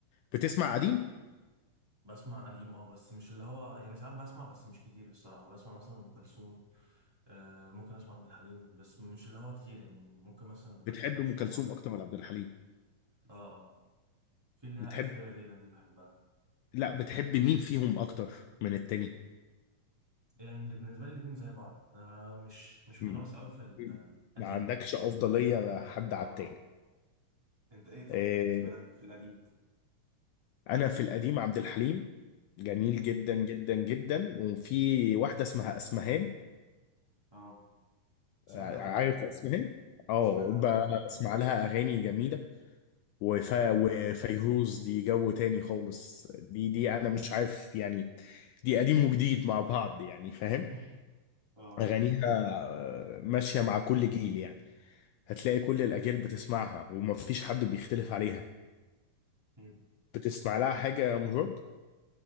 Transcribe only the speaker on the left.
بتسمع قديم
بتحب
ام
كلثوم
اكتر
ولا عبد الحليم
بتحب
لا بتحب مين فيهم اكتر من التاني
مم.
ما عندكش افضليه حد
على
التاني
آه،
انا في القديم عبد الحليم جميل
جدا جدا جدا وفي واحده اسمها اسمهان
آه،
عارف
اسمهان اه
ب-
بسمع لها اغاني جميله وف... وفيروز دي جو تاني خالص دي دي انا مش عارف يعني دي قديم وجديد مع بعض يعني فاهم
أغانيها آه، ماشية مع كل جيل يعني هتلاقي كل الأجيال بتسمعها ومفيش حد بيختلف عليها
بتسمع لها حاجة يا مجرد